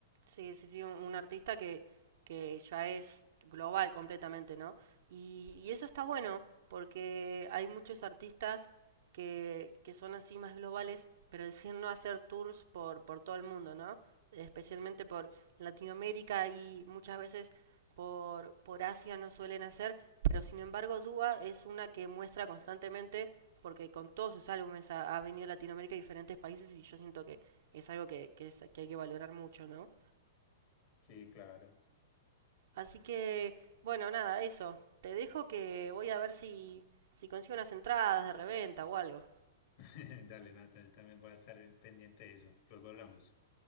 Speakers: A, on the right; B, on the left.
A: Sí, sí, sí, un, un artista que, que ya es global completamente, ¿no? Y, y eso está bueno, porque hay muchos artistas que, que son así más globales, pero deciden no hacer tours por, por todo el mundo, ¿no? Especialmente por Latinoamérica y muchas veces por, por Asia no suelen hacer, pero sin embargo Dua es una que muestra constantemente, porque con todos sus álbumes ha, ha venido a Latinoamérica y diferentes países y yo siento que es algo que, que, es- que hay que valorar mucho, ¿no?
B: Sí, claro.
A: Así que, bueno, nada, eso. Te dejo que voy a ver si, si consigo unas entradas de reventa o algo.
B: <laughs> Dale, Nata, yo también voy a estar pendiente de eso. Luego hablamos.